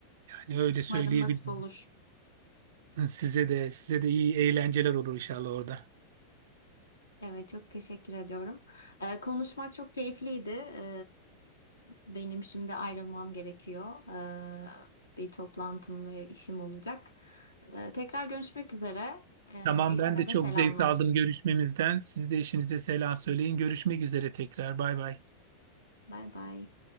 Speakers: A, on the right (about 55°); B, on the left (about 75°).
A: yani öyle söyleyebilirim.
B: Umarım nasip olur.
A: Size de size de iyi eğlenceler olur inşallah orada.
B: Evet, çok teşekkür ediyorum. E, konuşmak çok keyifliydi. E, benim şimdi ayrılmam gerekiyor. E, bir toplantım ve işim olacak. E, tekrar görüşmek üzere. E,
A: Tamam
B: eşine
A: ben de
B: de
A: çok
B: selamlar.
A: zevk aldım görüşmemizden. Siz de eşinize selam söyleyin. Görüşmek üzere tekrar. Bay bay.
B: Bay bay.